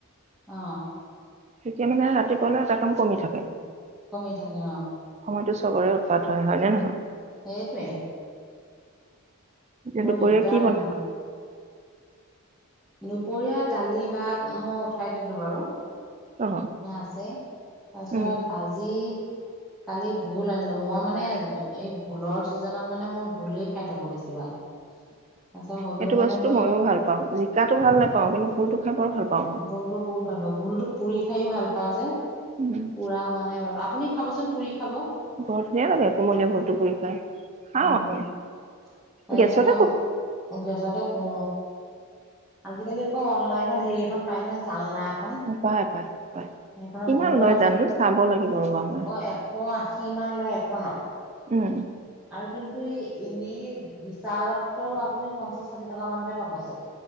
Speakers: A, in the centre; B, on the right.
A: অ,
B: তেতিয়া মানে ৰাতিপুৱালে এটা কাম কমি থাকে।
A: কমি থাকে অ,
B: সময়তো চবৰে উৎপাত হয় নে নহয়?
A: সেইটোৱে।
B: এতিয়া
A: বৰ
B: দুপৰীয়া
A: দিগদাৰ
B: কি বনাই
A: নহ'লে। দুপৰীয়া দালি ভাত মই উঠাই দিলোঁ বাৰু।
B: অ
A: সেয়া আছে তাৰপিছত
B: উম
A: বাজি কালি ভুল আনিছোঁ মই মানে এই ভুলৰ ছিজনত মানে মোৰ ভোুলই খাই থাকো বেছিভাগ। তাৰপিছত হ'লেও
B: সেইটো
A: মানে
B: বস্তু
A: মই
B: ময়ো ভাল পাওঁ জিকাতটো ভাল নাপাওঁ কিন্তু ভুলটো খাই বৰ ভাল পাওঁ। মই
A: ভোলতো বহুত ভাল পাওঁ ভোুলতো পুৰি খাইও ভাল পাওঁ যে পুৰা
B: উম
A: হোৱা নাই বাৰু আপুনি খাবচোন, পুৰি খাব।
B: ঘৰত ধুনিয়ে লাগে কোমলীয়া ভৰটো পুৰি খাই খাও
A: উম।
B: আমি।
A: <inaudible>
B: গেছতে পুৰো।
A: গেছতে পো আজিকালি আকৌ অনলাইনত হেৰি এখন পাই ন জালনা এখন।
B: পাই পাই প
A: সেইখনত
B: কিমান
A: মই
B: লয়
A: মানে
B: জানো চাব লাগিব ৰ'বা মই।
A: অ' এশ আশী মান লয় এখনত।
B: উম,
A: আৰু কিন্তু এই এনে বিশালতো আপুনি পঞ্চাশ ষাঠি টকা মানতে পাব চাগে।